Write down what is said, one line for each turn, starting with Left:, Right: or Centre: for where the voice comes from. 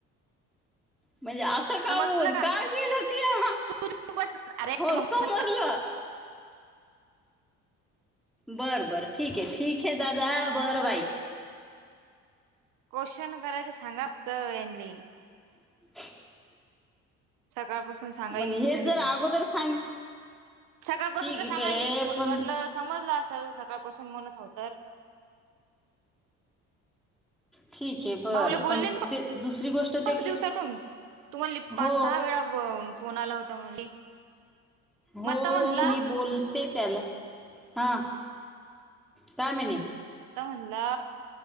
Centre: म्हणजे असं काऊन?
Right: समजलं का
Centre: काय केलं ती हा?
Right: तू बस अरे
Centre: होस
Right: मग
Centre: सजलं.
Right: नंतर
Centre: बरं बरं ठीक ठिक हे दादा बरं बाई.
Right: क्वेश्चन करायच सांगा फक्त याणले.
Centre: <inaudible>
Right: सकाळपासून सून सांगाली
Centre: मग हे
Right: मी तरी
Centre: जर
Right: पण
Centre: अगोदर सांग
Right: सकाळपासून
Centre: ठीक
Right: त सांगायली
Centre: आहे
Right: वा
Centre: पण
Right: वाटलंस समजलं असेल सकाळपासून म्हणत हावतर?
Centre: ठीक आहे बरं
Right: भाऊला बोलली
Centre: पण
Right: पण
Centre: ते दुसरी गोष्ट ते के
Right: दिवसातून तुम्हाला पाच
Centre: हो
Right: सहा वेळा फो फोन आला होता म्हणली. मग
Centre: हो
Right: आता म्हणला
Centre: मी बोलते त्याला. हा काय म्हणे?
Right: आता म्हणला